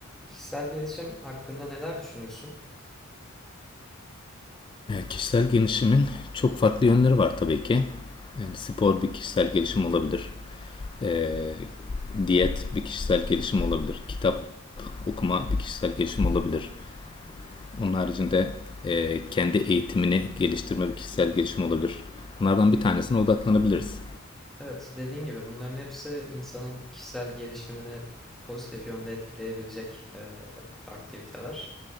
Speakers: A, in the centre; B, on the left.
A: Kişisel gelişim hakkında neler düşünüyorsun?
B: kişisel gelişimin çok farklı yönleri var tabii ki. Yani spor bir kişisel gelişim olabilir. Ee, diyet bir kişisel gelişim olabilir. Kitap okuma bir kişisel gelişim olabilir. Onun haricinde e, kendi eğitimini geliştirme bir kişisel gelişim olabilir. Bunlardan bir tanesine odaklanabiliriz.
A: Evet, dediğin gibi bunların hepsi insanın kişisel gelişimini pozitif yönde etkileyebilecek e, aktiviteler.